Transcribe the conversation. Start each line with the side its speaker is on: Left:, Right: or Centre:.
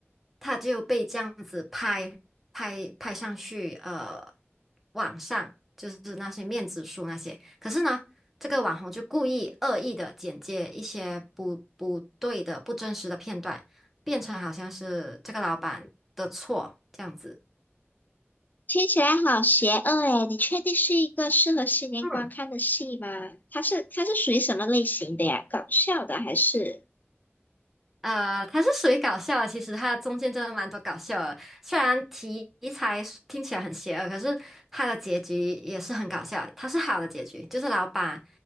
Centre: 他就被这样子拍拍拍上去，呃，网上就是那些面子书那些。可是呢，这个网红就故意恶意的剪接一些不不对的、不真实的片段，变成好像是这个老板的错这样子。
Left: 听起来好邪恶诶，你确定是一个适合新年观看的戏吗？
Centre: 嗯
Left: 它是它是属于什么类型的呀？搞笑的还是？
Centre: 呃，它是属于搞笑的，其实它中间真的蛮多搞笑的。虽然题材是听起来很邪恶，可是它的结局也是很搞笑。它是好的结局，就是老板